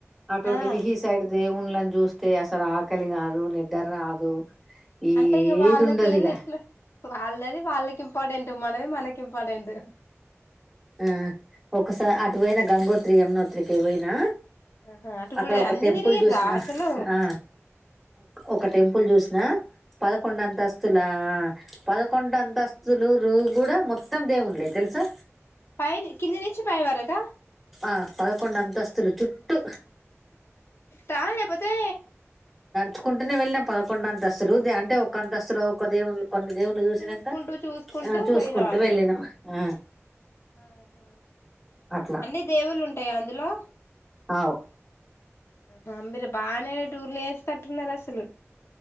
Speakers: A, in the centre; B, on the left.
A: అటు
B: ఆ
A: డెల్లీహి సైడ్ దేవున్ వాలను చూస్తే అసలు ఆకలి కాదు నిద్ర రాదు ఏదుండదిగా
B: అంటే ఇక వాళ్ళకి ఏళ ఎట్లా వాళ్ళది వాళ్ళకి ఇంపార్టెంటు మనది మనకి ఇంపార్టెంట్
A: ఆ ఒకస అ నేను గంగోత్ర యమ్నోత్రికి పోయినా
B: ఆహా అటు
A: అక్కడ
B: కూడా
A: ఒక
B: అన్ని
A: టెంపుల్
B: తిరిగిర్రా
A: జుసినా
B: అసలు
A: ఆ ఒక టెంపుల్ జుసి ఆ పదకొండంతంతస్తులా పదకొండు అంతస్తులు రు కూడా మొ మోత్తం దేవున్లే తెలుసా
B: పైని కింది నుంచి పైవరకా
A: ఆ పదకొండ అంతస్తులు చుట్టూ
B: రా లేకపోతే
A: చుకుంటునే వెళ్ళాం పదకొండ్ అంతస్తులు దే అంటే ఒక అంతస్తులో ఒక దేవున్లు కొన్ని దేవున్లు చూసినంక
B: చూసుకుంటూ చూసుకుంటూ
A: ఆ చూసుకుంటు
B: పోయినాము
A: వెళ్ళినం ఆ
B: ఆహా
A: అట్లా
B: అన్ని దేవుల్లు ఉంటాయా అందులో
A: అవు
B: ఆ అంబర బాగానే టూర్లు చేసి తట్టున్నారు అసలు